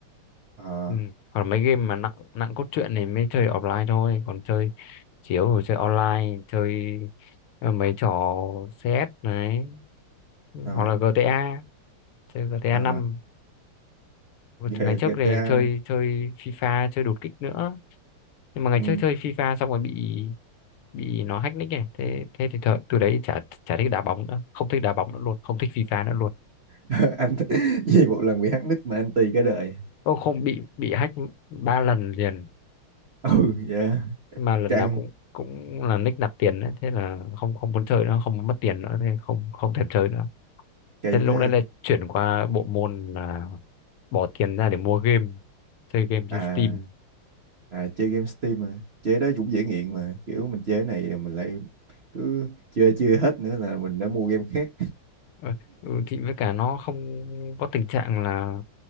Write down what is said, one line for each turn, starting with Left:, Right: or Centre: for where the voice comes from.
Right: ờ
Left: ừ. còn mấy game mà nặng nặng cốt truyện thì mới chơi offline thôi còn chơi chiếu rồi chơi online chơi ờ, mấy trò CS đấy
Right: ờ
Left: hoặc là GTA chơi GTA năm
Right: ờ G-
Left: ngày trước
Right: GTA
Left: này chơi chơi FIFA chơi đột kích nữa nhưng mà ngày
Right: ừ.
Left: trước chơi FIFA xong rồi bị bị nó hack nick này thế thế thì thợ, từ đấy chả chả thích đá bóng nữa không thích đá bóng nữa luôn không thích FIFA nữa luôn
Right: <laughs> anh <laughs> gì một lần bị hack nick mà anh tì cả đời
Left: ô không bị bị hack ba lần liền
Right: ừ dạ
Left: mà lần
Right: căng
Left: nào cũng cũng là nick nạp tiền đấy thế là không không muốn chơi nữa không muốn mất tiền nữa thế không không thèm chơi nữa
Right: Kỳ
Left: thế lúc
Right: thế.
Left: đấy là chuyển qua bộ môn là bỏ tiền ra để mua game chơi game
Right: À,
Left: trên Steam
Right: à chơi game Steam mà. Chơi đó cũng dễ nghiện mà. Kiểu mình chơi này mình lại cứ chơi chưa hết nữa là mình đã mua game khác.
Left: Ờ, ừ, thì với cả nó không có tình trạng là